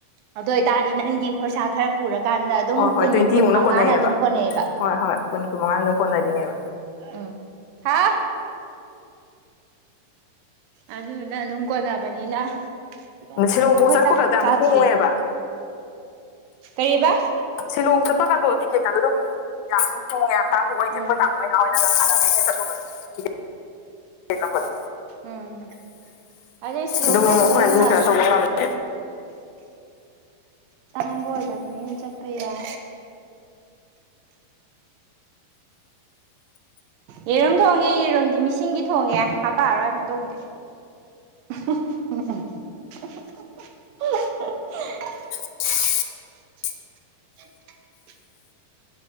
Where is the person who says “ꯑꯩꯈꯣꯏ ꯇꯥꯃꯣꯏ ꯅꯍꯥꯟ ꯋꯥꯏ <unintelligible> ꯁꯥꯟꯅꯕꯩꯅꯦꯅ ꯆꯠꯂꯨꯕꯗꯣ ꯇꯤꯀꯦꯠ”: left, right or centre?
Left